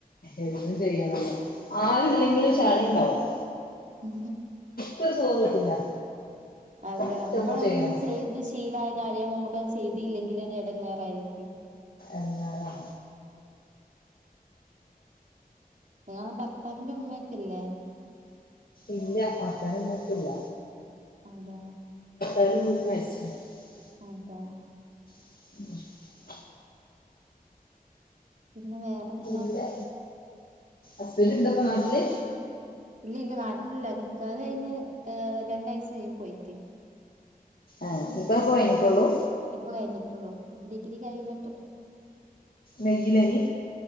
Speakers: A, on the left (about 70°); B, on the right (about 55°).
A: എന്നും ചെയ്യണല്ലോ ആരുല്ലെങ്കിലും ചളി ഉണ്ടാവും
B: ഉ
A: ഇന്ക് സുഖം കിട്ടൂല
B: അതെ
A: എനിക്കൊന്നും
B: നമ്മള്
A: ചെയ്യണം
B: എന്നും ചെയ്ത് ശീലായ കാര്യം നമുക്ക് ചെയ്തിയില്ലെങ്കിൽ ഇടങ്ങാറായിരിക്കും
A: എന്നാല
B: നിങ്ങളെ ഭർത്താവിറെ ഉമ്മയൊകൊയില്ലേ
A: ഇല്ല അസനംന്നോട്ടില്ല
B: അതെ
A: അര നക്ക മരിച്ച <unintelligible>
B: അതെ
A: <inaudible>
B: പിന്നെ വേറെന്താ
A: വിടെ അസ്ബന്റ് ഇണ്ടപ്പൊ നാട്ടില്
B: ഇല്ല ഇല്ല നാട്ടിലില്ല നിക്കാഹ് കഴിഞ്ഞ് രണ്ടാഴ്ച കഴിഞ് പോയിക്ക്ണ്
A: ആഹ ഇപ്പ പോയിട്ടുള്ളൂ
B: ഇപ്പൊ കഴിഞ്ഞിട്ടുള്ളു ഡിഗ്രി കഴിഞ്ഞിട്ട്
A: വഗിലേനി